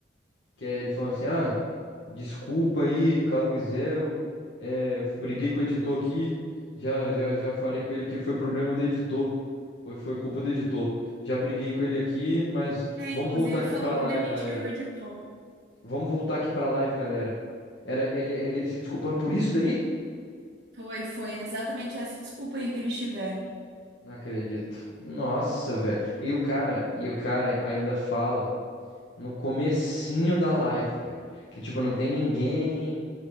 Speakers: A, on the left; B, on the right.
A: que é ele falando assim: ah, desculpa aí, Calangzeiro, é, briguei com o editor aqui, já, já, já falei com ele que foi problema do editor, foi, foi culpa do editor. Já briguei com ele aqui, mas
B: É,
A: vamos
B: inclusive
A: voltar aqui
B: falou
A: pra
B: que
A: live,
B: demitiu
A: galera.
B: o editor.
A: Vamos voltar aqui pra live, galera. Era ele, ele, ele se desculpando por isso daí?
B: Foi, foi exatamente essa desculpa aí que eles tiveram.
A: Não acredito. Nossa, velho. E o cara, e o cara ainda fala no comecinho da live, velho, que tipo não tem ninguém.